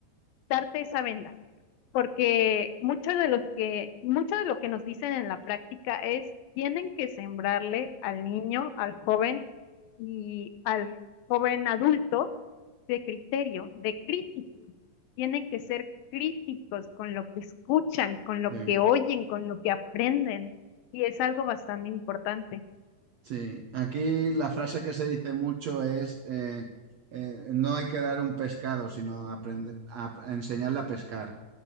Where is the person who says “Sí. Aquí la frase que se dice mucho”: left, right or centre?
Right